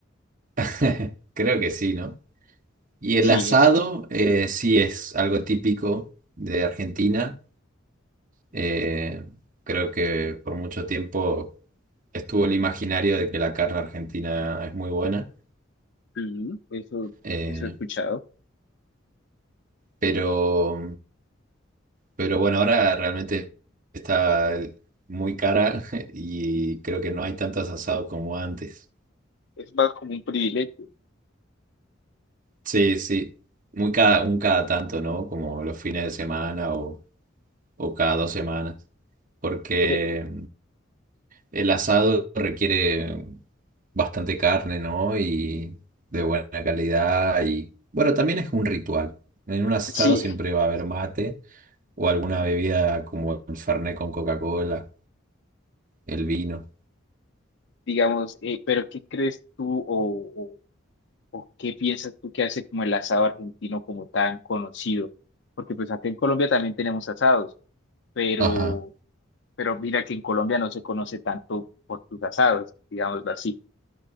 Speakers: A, on the right (about 40°); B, on the left (about 60°).
A: <laughs> creo que sí, ¿no? Y el
B: sí,
A: asado
B: es,
A: eh, sí es algo típico de Argentina. Eh, creo que por mucho tiempo estuvo el imaginario de que la carne argentina es muy buena.
B: sí, eso,
A: eh,
B: eso he escuchado,
A: pero, pero bueno, ahora realmente está muy cara <laughs> y creo que no hay tantos asados como antes.
B: es más como un privilegio.
A: Sí, sí. Muy cada, un cada tanto, ¿no? Como los fines de semana o, o cada dos semanas. Porque
B: Pe-
A: El asado requiere bastante carne, ¿no? Y de buena calidad. Y bueno, también es un ritual. En un asado
B: Sí,
A: siempre va a haber mate o alguna bebida como el Fernet con Coca-Cola, el vino.
B: digamos, eh, pero ¿qué crees tú o, o, o qué piensas tú que hace como el asado argentino como tan conocido? Porque pues acá en Colombia también tenemos asados, pero,
A: Ajá,
B: pero mira que en Colombia no se conoce tanto por sus asados, digámoslo así.